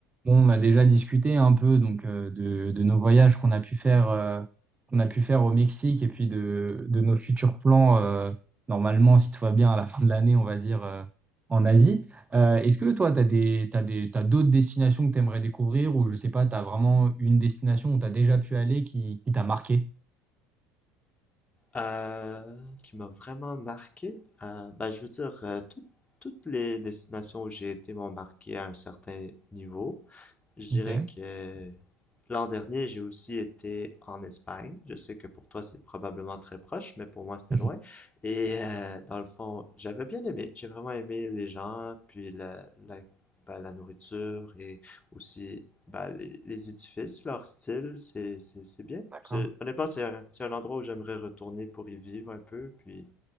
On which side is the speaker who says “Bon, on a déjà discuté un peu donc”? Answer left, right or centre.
Right